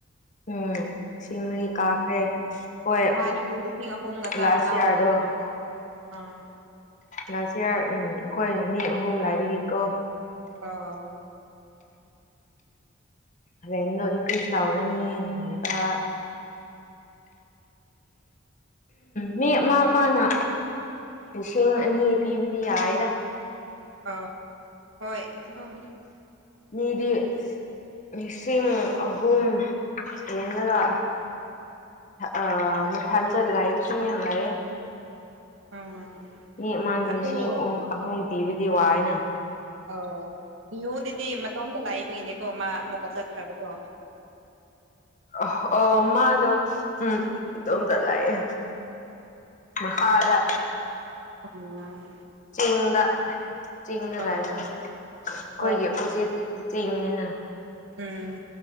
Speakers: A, on the left; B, on the right.
A: ꯎꯝ ꯏꯁꯤꯡ ꯃꯔꯤ ꯀꯥꯈ꯭ꯔꯦ ꯍꯣꯏ
B: ꯅꯍꯥꯟꯗꯤ ꯂꯤꯁꯤꯡ ꯑꯍꯨꯝꯒ ꯆꯥꯝꯃꯉꯥ
A: ꯂꯥꯁ
B: ꯑꯣꯏꯔꯒꯗ
A: ꯏꯌꯥꯔꯗꯣ
B: ꯅꯠꯇ ꯎꯝ
A: ꯂꯥꯁ ꯏꯌꯥꯔ ꯎꯝ ꯑꯩꯈꯣꯏ ꯃꯤ ꯑꯍꯨꯝ ꯂꯥꯏꯕꯒꯤꯀꯣ
B: ꯑꯣ
A: ꯍꯣꯔꯦꯟꯗꯣ ꯏꯟꯀ꯭ꯔꯦꯖ ꯇꯧꯔꯅꯤꯅ ꯍꯥꯏꯕ ꯃꯤ ꯑꯃ ꯃꯥꯅ ꯂꯤꯁꯤꯡ ꯑꯅꯤ ꯄꯤꯕꯗꯤ ꯌꯥꯏꯔ
B: ꯑ ꯍꯣꯏ ꯑꯗꯨꯝ
A: ꯃꯤꯗꯤ ꯂꯤꯁꯤꯡ ꯑꯍꯨꯝ ꯍꯦꯜꯂꯒ ꯑ ꯃꯊꯥꯟꯗ ꯂꯥꯏꯕꯁꯨ ꯌꯥꯝ ꯂꯥꯏꯑꯦ
B: ꯎꯝ
A: ꯃꯤ ꯑꯃ
B: ꯑꯗꯣ
A: ꯂꯤꯁꯤꯡ ꯑꯍꯨꯝ ꯑꯍꯨꯝ ꯄꯤꯕꯗꯤ ꯋꯥꯏꯅ
B: ꯑꯣ ꯚ꯭ꯌꯨꯗꯨꯗꯤ ꯃꯇꯣꯝꯇ ꯂꯥꯛꯏꯕꯒꯤꯅꯤꯀꯣ ꯃꯥ ꯑꯃꯨꯛꯀ ꯆꯠꯈ꯭ꯔꯕꯗꯣ
A: ꯑ ꯑꯣ ꯃꯥꯗꯣ ꯎꯝ ꯏꯇꯣꯝꯇ ꯂꯩꯌꯦ ꯃꯈꯥꯗ
B: ꯑꯣꯝ
A: ꯆꯤꯡꯗ ꯆꯤꯡꯗ
B: ꯑꯣ
A: ꯂꯩꯕꯗ ꯑꯩꯈꯣꯏꯒꯤ
B: ꯍꯣꯏ
A: ꯑꯣꯄꯣꯖꯦꯠꯇ ꯆꯤꯡꯅꯤꯅ
B: ꯎꯝ